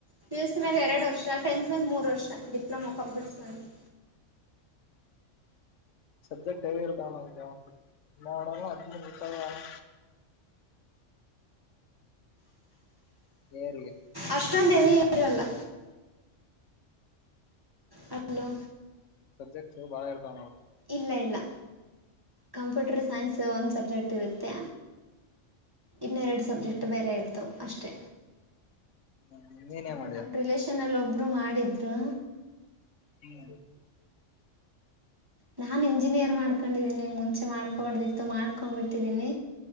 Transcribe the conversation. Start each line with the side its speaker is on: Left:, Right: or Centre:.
Right: ಪಿಯುಸಿ ಮ್ಯಾಗ ಎರಡ ವರ್ಷ ಟೆಂತ್ ಮೇಲ ಮೂರು ವರ್ಷ ಡಿಪ್ಲೊಮಾ ಕಂಪ್ಯೂಟರ್ ಸೈನ್ಸ್.
Left: ಸಬ್ಜೆಕ್ಟ್ ಹೆಂಗ ಇರ್ತಾವ ಅದ ಹನ್ನೆರಡ್ ಇಲ್ಲಾ ಹದಿಮೂರ ಇರ್ತಾವ ಅಲಾ. ಇಯರ್ಗೆ.
Right: ಅಷ್ಟೊಂದ ಹೆವಿ ಇರಲ್ಲಾ. ಹಲೋ.
Left: ಸಬ್ಜೆಕ್ಟ್ಸು ಭಾಳ ಇರ್ತಾವ ಏನ್ ಅವ.
Right: ಇಲ್ಲ ಇಲ್ಲ ಕಂಪ್ಯೂಟರ್ ಸೈನ್ಸ್ ಒಂದ ಸಬ್ಜೆಕ್ಟ್ ಇರುತ್ತೆ. ಇನ್ನೆರಡ ಸಬ್ಜೆಕ್ಟ್
Left: ಹ್ಮ್
Right: ಬೇರೆ ಇರ್ತಾವ ಅಷ್ಟೆ.
Left: ಹ್ಮ್ ನೀನೇನ್
Right: ಅಂದ್ರೆ
Left: ಮಾಡಿಯ
Right: ನಮ ರಿಲೇಷನ್ ಅಲ್ಲಿ ಒಬ್ರು ಮಾಡಿದ್ರು.
Left: ಹ್ಮ್ <unintelligible>
Right: ನಾನ್ ಇಂಜಿನಿಯರ್ ಮಾಡ್ಕೊಂಡಿದ್ದೀನಿ ಮುಂಚೆ ಮಾಡ್ಕೋಬಾರ್ದಿತ್ತು ಮಾಡ್ಕೊಂಡ್ಬಿಟ್ಟಿದ್ದೀನಿ